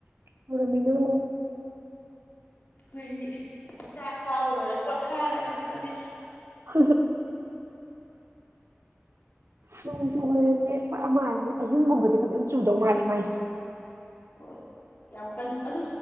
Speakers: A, on the right; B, on the left.
A: ꯀꯩꯗꯧꯔꯝꯃꯤꯅꯣ?
B: ꯍꯏꯅꯤ ꯆꯥꯛ ꯆꯥꯕ ꯂꯣꯏꯔꯦ ꯄꯊꯥꯅꯒꯅꯤ ꯇꯕꯤꯁ
A: <unintelligible> ꯅꯣꯡ ꯆꯨꯕꯗꯅꯦ ꯈꯔ ꯃꯥꯜꯂꯦ ꯑꯍꯤꯡꯒꯨꯝꯕꯗꯤ ꯐꯖꯅ ꯆꯨꯗꯧ ꯃꯥꯜꯂꯦ ꯃꯥꯏꯁꯦ
B: ꯍꯣꯏ ꯌꯥꯝ ꯀꯟ ꯑꯗꯨ